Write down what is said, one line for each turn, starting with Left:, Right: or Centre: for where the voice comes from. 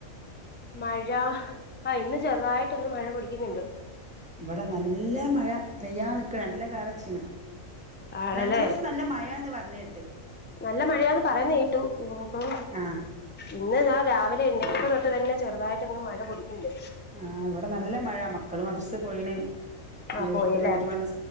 Left: മഴാ ആഹ് ഇന്ന് ചെറുതായിട്ടൊന്ന് മഴ പൊടിക്ക്ന്ന് ണ്ട്.
Centre: ഇവടെ നല്ല മഴ പെയ്യാൻ നിക്ക്ണ്, നല്ല കാറെച്ച്ണ്.
Left: ആണല്ലേ
Centre: രണ്ടു ദീസം നല്ല മഴാന്ന് പർഞ്ഞേട്ട്
Left: നല്ല മഴയാന്ന് പറയുന്നെ കേട്ടു, ഇനിയിപ്പം
Centre: ആഹ്
Left: ഇന്ന് ഞാൻ രാവിലെ എഴുന്നേറ്റപ്പൊ തൊട്ട് തന്നെ ചെറുതായിട്ടങ്ങ് മഴ പൊടിക്ക്ണ്ട്.
Centre: ആഹ് ഇവടെ നല്ല മഴ, മക്കള് മദ്രസ്സ് പോയിണ് ഇഞ്ഞ്
Left: ആ പോയില്ലേ
Centre: വിട്ട് വെന്ന്ട്ട് വേണം